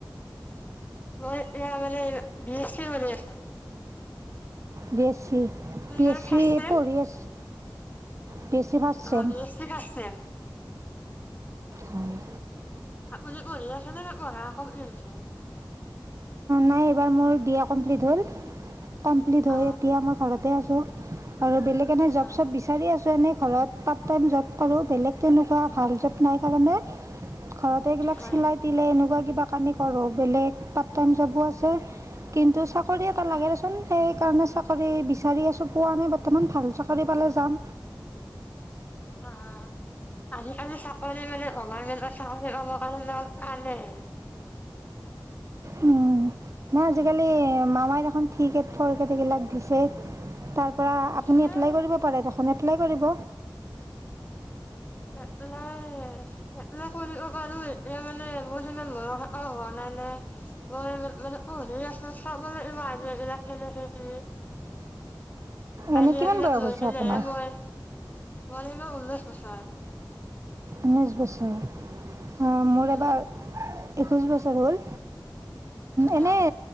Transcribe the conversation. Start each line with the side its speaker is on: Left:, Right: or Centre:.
Left: মই এয়া মানে বি এছ চি কৰি আছোঁ।
Right: বেছ বি
Left: মানে
Right: এছ চি,
Left: ফাৰ্ষ্ট চেম
Right: পঢ়ি আছে? বি এছ চি ফাৰ্ষ্ট sem
Left: অ' B S C first sem.
Right: হয়
Left: আপুনি পঢ়ি আছে নে? পঢ়া <unintelligible>
Right: নাই এইবাৰ মোৰ বি এ কম্প্লিট হ'ল। কম্প্লিট হৈ
Left: অ
Right: এতিয়া মই ঘৰতে আছোঁ। <unintelligible> আৰু বেলেগ এনে
Left: হয়
Right: জব চব বিচাৰি আছোঁ। এনেই ঘৰত পাৰ্ট টাইম জব কৰোঁ। বেলেগ তেনেকুৱা ভাল জব নাই কাৰণে ঘৰতে এইবিলাক
Left: হয়
Right: চিলাই পিলাই এনেকুৱা কিবা কাটি কৰোঁ। বেলেগ জ'বো আছে। কিন্তু চাকৰি এটা
Left: হয়
Right: লাগে দেচোন, সেই সেই কাৰণে চাকৰি বিচাৰি আছোঁ। পোৱা নাই বৰ্তমান। ভাল চাকৰি পালে যাম।
Left: অ' আজিকালি চাকৰি মানে, গভৰ্ণমেন্টৰ চাকৰি পাব কাৰণে <unintelligible>
Right: উম, নাই আজিকালি মামাই দেখোন থ্ৰি গ্ৰেড ফৰ গ্ৰেড সেইবিলাক দিছে, তাৰ পৰা
Left: দিছে
Right: আপুনি এপ্লাই কৰিব পাৰে দেখোন। এপ্লাই কৰিব
Left: এপ্লাই এপ্লাই কৰিব কাৰণেও এতিয়া মানে মোৰ সিমান মন হোৱা নাই, নাই মই মানে, পঢ়ি আছোঁ চাবলৈ হে এইবিলাক কেনেকে কি
Right: এনেই
Left: আইডিয়া
Right: কিমান
Left: বিলাক
Right: বয়স
Left: লৈ
Right: হৈছে,
Left: কিনেহে
Right: আপোনাৰ?
Left: মই মোৰ এইাবাৰ ঊনৈছ বছৰ।
Right: ঊনৈছ বছৰ। মোৰ
Left: উম
Right: এবাৰ একৈছ বছৰ হ'ল। এনে
Left: হয়